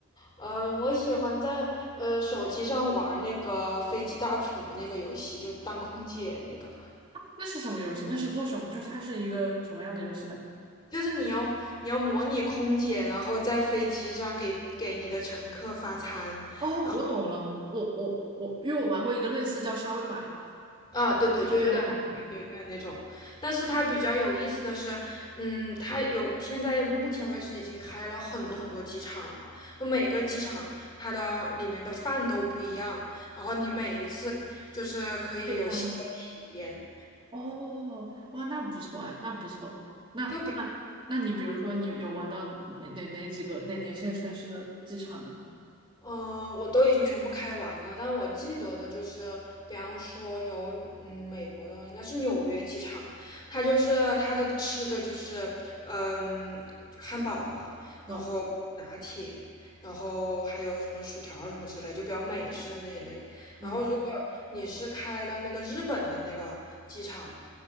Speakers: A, on the left; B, on the right.
A: 嗯，我喜欢在呃手机上玩那个飞机大厨那个游戏，就当空姐那个，
B: 那是什么游戏？那是做什么？就是它是一个什么样的游戏呢？
A: 就是你要你要模拟空姐，然后在飞机上给给你的乘客发餐，
B: 哦，
A: 然后。
B: 我懂了，我我我，因为我玩过一个类似叫沙威玛，
A: 啊，对对，
B: 就是那种感觉。
A: 就有点有点那种，但是它比较有意思的是，嗯，它有现在目前为止已经开了很多很多机场了，就每个机场它的里面的饭都不一样，然后你每一次就是可以有新的体验。
B: 配餐。哦，哇，那不错哎，那不错。那那那你比如说，
A: 就比。
B: 你有玩到哪哪哪几个哪哪些城市的机场呢？
A: 嗯、呃我都已经全部开完了，但我记得的就是，比方说有嗯美国的应该是纽约机场，它就是它的吃的就是嗯汉堡嘛，
B: 哦，
A: 然后拿铁，然后还有什么薯条什么之类，就比较美式的那一类。
B: 嗯，
A: 然后如果你是开的那个日本的那个机场，